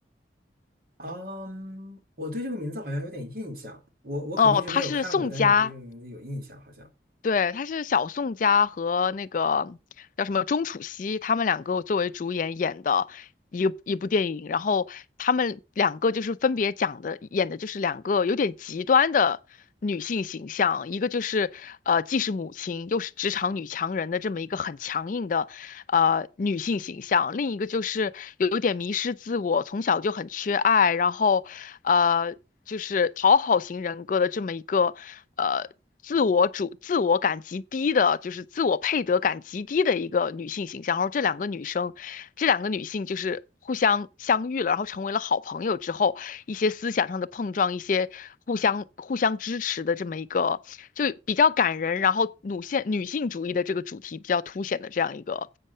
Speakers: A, on the right; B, on the left.
A: 嗯，我对这个名字好像有点印象，我我肯定是没有看过，
B: 哦，它是宋佳
A: 但是我对这个名字有印象，好像。
B: 对，他是小宋佳和那个叫什么钟楚曦，他们两个作为主演演的一个一部电影，然后他们两个就是分别讲的演的就是两个有点极端的女性形象，一个就是呃既是母亲又是职场女强人的这么一个很强硬的呃女性形象，另一个就是有有点迷失自我，从小就很缺爱，然后呃就是讨好型人格的这么一个呃自我主自我感极低的，就是自我配得感极低的一个女性形象。然后这两个女生，这两个女性就是。互相相遇了，然后成为了好朋友之后，一些思想上的碰撞，一些互相互相支持的这么一个，就比较感人，然后女性女性主义的这个主题比较凸显的这样一个